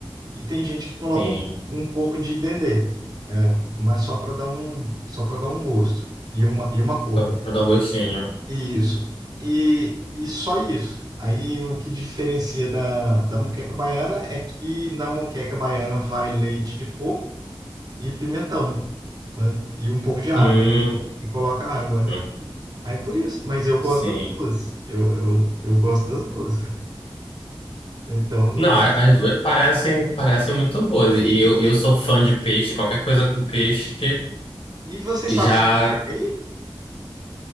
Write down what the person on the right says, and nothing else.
E tem gente que coloca
um, pou- um pouco de dendê, né? Mas só para dar um só para dar um gosto e uma e uma cor.
né?
Isso. E, e só isso. Aí o que diferencia da, da moqueca baiana é que na moqueca baiana vai leite de coco e pimentão, né? E um pouco de água.
E coloca água, né?
Aí por isso. Mas eu gosto
das duas. Eu, eu, eu gosto das duas. Então não.
E vocês
fazem
moqueca aí?